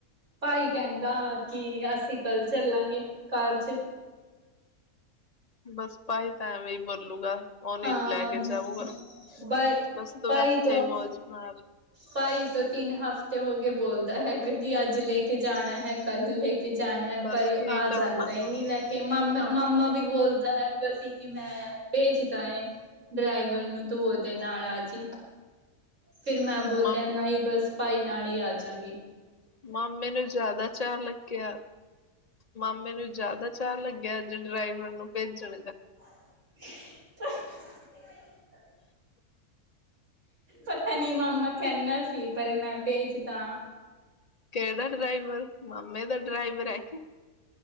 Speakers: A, on the right; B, on the left.
A: ਭਾਈ ਕਹਿੰਦਾ ਕਿ ਅਸੀ ਕੱਲ ਚੱਲਾਂਗੇ ਕਾਰ ਚ।
B: ਬਸ ਭਾਈ ਤਾਂ ਐਵੇਂ ਈ ਬੋਲੂਗਾ। ਓ ਨੀ
A: ਹਾਂ
B: ਲੈ ਕੇ ਜਾਊਗਾ।
A: ਬਾਈ
B: ਬਸ ਤੂ
A: ਭਾਈ
B: ਐਥੇ
A: ਤੋਂ
B: ਈ ਮੌਜ ਮਾਰ।
A: ਭਾਈ ਤ ਤਿੰਨ ਹਫ਼ਤੇ ਹੋਗੇ ਬੋਲਦਾ ਹੈਗਾ ਕੀ ਅੱਜ ਲੇਕੇ ਜਾਣਾ ਹੈ ਕੱਲ ਲੇਕ ਕੇ ਜਾਣਾ ਹੈ
B: ਬਸ
A: ਪਰ
B: ਕੀ
A: ਆ
B: ਕਰਨਾ
A: ਜਾਂਦਾ ਈ ਨੀ ਲੈ ਕੇ। ਮਾਮਾ
B: ਬਸ
A: ਮਾਮਾ ਵੀ ਬੋਲਦਾ ਹੈਗਾ ਸੀ। ਕਿ ਮੈਂ ਭੇਜਦਾ ਐਂ ਡਰਾਈਵਰ ਨੂੰ। ਤੂ ਔਦੇ ਨਾਲ ਆਜੀ। ਫਿਰ ਮੈਂ ਬੋਲਿਆ
B: ਮਾਮੇ
A: ਨਾ ਹੀ ਬਸ ਭਾਈ ਨਾਲ ਈ ਆ ਜਾਗੀ
B: ਮਾਮੇ ਨੂੰ ਜਾਦਾ ਚਾਅ ਲੱਗਿਆ। ਮਾਮੇ ਨੂੰ ਜਾਦਾ ਚਾਅ ਲੱਗੇਆ ਜੋ ਡਰਾਈਵਰ ਨੂੰ ਭੇਜਣ ਗਾ।
A: <unintelligible> ਪਤਾ ਨੀ ਮਾਮਾ ਕਹਿੰਦਾ ਸੀ ਪਰ ਮੈਂ ਭੇਜਦਾ।
B: ਕੇੜਾ ਡਰਾਈਵਰ ਮਾਮੇ ਦਾ ਡਰਾਈਵਰ ਐ ਕੇ?